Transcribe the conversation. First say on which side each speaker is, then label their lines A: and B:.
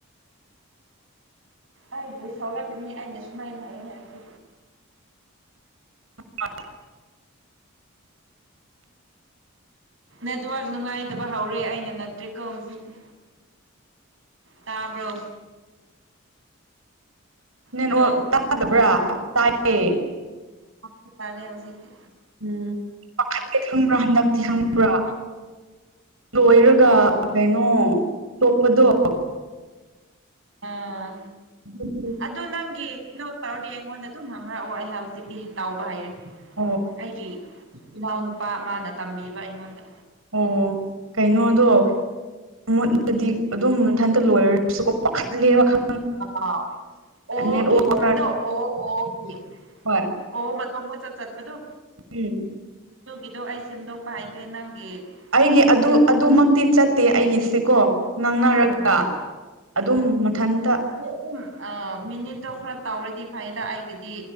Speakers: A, on the right (about 60°); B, on the right (about 75°).
A: ꯑꯩꯥꯕꯨ ꯁꯥꯎꯔꯛꯀꯅꯤ ꯑꯥꯏꯅ ꯁꯨꯃꯥꯏꯅ ꯍꯥꯏꯌꯦ ꯍꯥꯏꯔꯗꯤ
B: <inaudible> <inaudible>
A: ꯅꯦꯠꯋꯔꯛ ꯅꯨꯡꯉꯥꯏꯇꯥꯕ ꯍꯧꯔꯦ ꯑꯩꯅ ꯅꯠꯇ꯭ꯔꯦꯀꯣ ꯍꯧꯖꯤꯛꯇꯤ ꯇꯥꯕ꯭ꯔꯣ?
B: ꯅꯦꯠꯋꯔꯛ
A: ꯍꯜꯂꯣ
B: ꯇꯥꯗꯕ꯭ꯔꯥ? ꯇꯥꯏꯌꯦ
A: <unintelligible> ꯇꯔꯦ ꯍꯧꯖꯤꯛꯇꯤ
B: ꯎꯝ ꯄꯈꯠꯂꯦ ꯈꯪꯕ꯭ꯔꯥ ꯍꯟꯗꯛꯇꯤ ꯈꯪꯕ꯭ꯔꯥ ꯂꯣꯏꯔꯒ ꯀꯩꯅꯣ ꯇꯣꯛꯄꯗꯣ
A: ꯑꯥ
B: <unintelligible>
A: ꯑꯗꯨ ꯅꯪꯒꯤ ꯀꯩꯅꯣ ꯇꯧꯔꯗꯤ ꯑꯩꯉꯣꯟꯗ ꯑꯗꯨꯝ ꯍꯪꯔꯛꯑꯣ ꯑꯩ ꯍꯧꯖꯤꯛꯇꯤ ꯇꯧꯕ ꯍꯩꯔꯦ
B: ꯑꯣ
A: ꯑꯩꯒꯤ ꯏꯅꯥꯎꯅꯨꯄꯥ ꯑꯃꯥꯅ ꯇꯝꯕꯤꯕ ꯑꯩꯉꯣꯟꯗ꯫
B: ꯑꯣ ꯑꯣ ꯀꯩꯅꯣꯗꯣ ꯃꯨꯠꯂꯗꯤ ꯑꯗꯨꯝ ꯃꯊꯟꯇ ꯂꯣꯏꯔꯁꯨꯀꯣ ꯄꯥꯈꯠꯂꯦ ꯈꯪ
A: <unintelligible> ꯑꯣꯒꯤ
B: ꯅꯦꯠꯋꯥꯛꯅ
A: ꯇꯧꯕꯗꯣ ꯑꯣ ꯑꯣꯒꯤ
B: ꯍꯣꯏ
A: ꯑꯣ ꯃꯇꯣꯝꯇꯥ ꯆꯠ ꯆꯠꯄꯗꯨ?
B: ꯎꯝ
A: ꯗꯨꯒꯤꯗꯣ ꯑꯩ ꯁꯦꯝꯗꯣꯛꯄ ꯍꯩꯈ꯭ꯔꯦ ꯅꯪꯒꯤ
B: ꯑꯩꯒꯤ
A: ꯁꯦꯝ
B: ꯑꯗꯨ ꯑꯗꯨꯃꯛꯇꯤ ꯆꯠꯇꯦ ꯑꯩꯒꯤꯁꯦꯀꯣ ꯉꯥꯡꯅꯔꯒ
A: ꯑꯣ
B: ꯑꯗꯨꯝ ꯃꯊꯟꯇ
A: <unintelligible> ꯑꯥ ꯃꯤꯅꯤꯠꯇꯣ ꯈꯔ ꯇꯧꯔꯗꯤ ꯐꯩꯗ ꯑꯩꯒꯤꯗꯤ